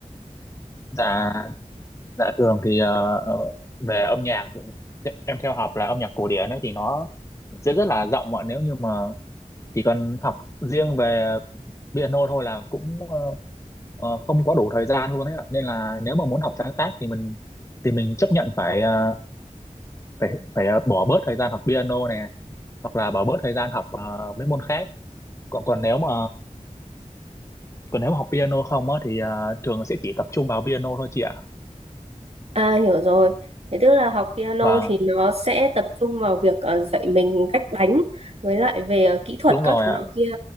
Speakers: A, on the left; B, on the right.
A: dạ dạ thường thì ờ, ờ, về âm nhạc em theo học là âm nhạc cổ điển ấy thì nó sẽ rất là rộng ạ nếu như mà chỉ cần học riêng về piano thôi là cũng ờ, ờ, không có đủ thời gian luôn ấy ạ nên là nếu mà muốn học sáng tác thì mình thì mình chấp nhận phải ờ, phải phải ờ, bỏ bớt thời gian học piano nè hoặc là bỏ bớt thời gian học ờ, mấy môn khác còn còn nếu mà còn nếu mà học piano không á thì ờ, trường sẽ chỉ tập trung vào piano thôi chị ạ
B: À hiểu rồi. Thế tức là học piano
A: và
B: thì nó sẽ tập trung vào việc ờ, dạy mình cách đánh với lại về ờ, kỹ thuật
A: đúng
B: các
A: rồi
B: thứ
A: ạ
B: loại kia